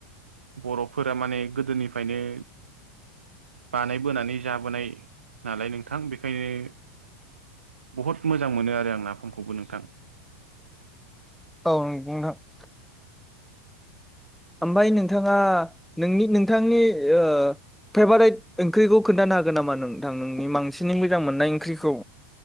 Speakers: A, on the right; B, in the centre.
A: बर'फोरा माने गोदोनिफ्रायनो बानायबोनानै जाबोनाय नालाय नोंथां बेखायनो बहुत मोजां मोनो आरो आं नाफामखौबो नोंथां
B: औ नंगौ नोंथां ओमफ्राय नोंथाङा नोंनि नोंथांनि ओ फ्रेभारेट ओंख्रिखौ खोन्थानो हागोन नामा नोंथां नोंनि बांसिननि मोजां मोननाय ओंख्रिखौ